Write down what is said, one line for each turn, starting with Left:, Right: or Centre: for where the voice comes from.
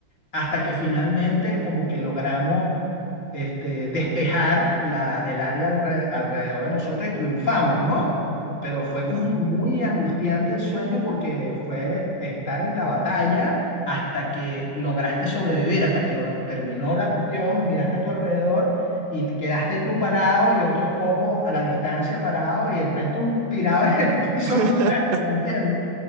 Left: hasta que finalmente como que logramos este, despejar la, el área alre- alrededor de nosotros y triunfamos, ¿no?
Right: Mm,
Left: Pero fue
Right: Claro.
Left: como muy angustiante el sueño porque fue estar en la batalla hasta que lograste sobrevivir, hasta que logra- terminó la cuestión, miraste a tu alrededor y te quedaste tú parado y otros pocos a la distancia parados y el resto tirado en el <laughs> piso
Right: <laughs>
Left: muerto, ¿me entiendes?